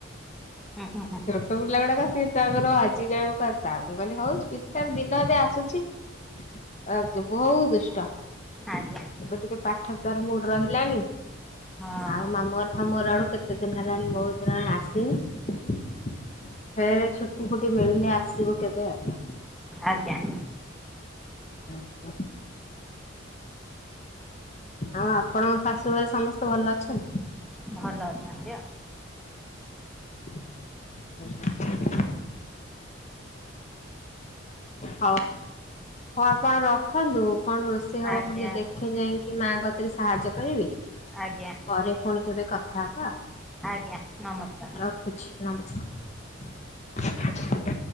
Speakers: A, in the centre; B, on the left (about 35°).
A: ହୁଁ ହୁଁ।
B: <unintelligible> ଛୋଟ ପିଲା ଗୁଡାକ ତାପର ଆଜି ଯାକୁ କା ମୁଁ କହିଲି ହଉ ତାର ଦିନ ଏବେ ଆସୁଛି। <unintelligible> ଆ ବହୁତ ଦୁଷ୍ଟ।
A: ଆଜ୍ଞା।
B: ଏବେ ଟିକେ ପାଠ ତାର ମୁଡ ରହିଲାଣି।
A: ହଁ
B: ଆଉ ମାମୁଁ ଘର ମାମୁଁ ଘର ଆଡୁ କେତେ ଦିନ ହେଲାଣି ବହୁତ ଦିନ ହେଲାଣି ଆସିନି। ଫେରେ ଛୁ ଛୁଟି ଫୁଟି ମିଳିଲେ ଆସିବ କେବେ ଆଉ।
A: ଆଜ୍ଞା।
B: ଆଜ୍ଞା। ଆଉ ଆପଣଙ୍କ ଶାଶୁ ଘରେ ସମସ୍ତେ ଭଲ ଅଛନ୍ତି?
A: ଭଲଅଛନ୍ତି ଆଉ।
B: ହ <unintelligible> ହଉ, ହଉ ଆପଣ ରଖନ୍ତୁ। କଣ ରୋଷେଇ ହବ
A: ଆଜ୍ଞା
B: ମୁଁ ଟିକେ ଦେ ଖେ ଯାଇକି ମାଙ୍କ କତିରେ ସାହାଯ୍ୟ କରିବି।
A: ଆଜ୍ଞା
B: ପରେ ପୁଣି କେବେ କଥା ହବା।
A: ଆଜ୍ଞା ନମସ୍କାର।
B: ର ରଖୁଛି ନମସ୍